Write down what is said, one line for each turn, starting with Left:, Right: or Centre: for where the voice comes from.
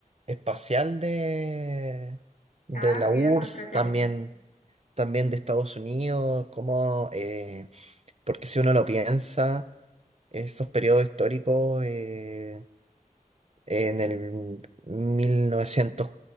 Right: espacial de, de
Left: Ah,
Right: la
Left: sí,
Right: URSS,
Left: eso entretenido.
Right: también, también de Estados Unidos, como, eh, porque si uno lo piensa, esos periodos históricos eh, en el mil novecientos